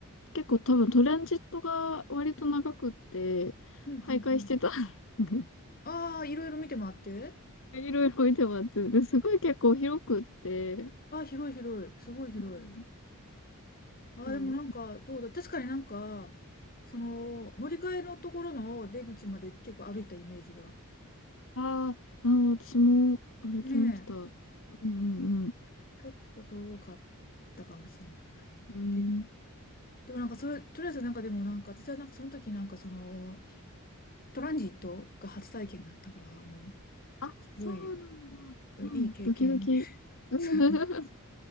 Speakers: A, on the left (about 60°); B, on the left (about 40°).
A: 結構多分トランジットが割と長くって、
B: うんうんうん。
A: 徘徊してた。<laughs>
B: ああ、いろいろ見てもらって。
A: いろいろいてもらって、で、すごい結構広くって、
B: ああ、広い広い。すごい広い。
A: うん。
B: ああ、
A: うん、
B: でもなんか、どうだ。確かになんか、その、乗り換えのところの出口まで結構歩いたイメージが。
A: あーあー、私も歩きました。
B: ねえ。
A: うんうんうん。
B: ちょっと遠かったかもしれない。
A: うん。
B: で、でもなんかそれ、とりあえずなんかでもなんか、私はなんかその時なんかその、トランジットが初体験だったから、もう、
A: あ、
B: すごい、
A: そうなんだ。うん、
B: いい経験。
A: ドキドキ。うん
B: <laughs>
A: <laughs>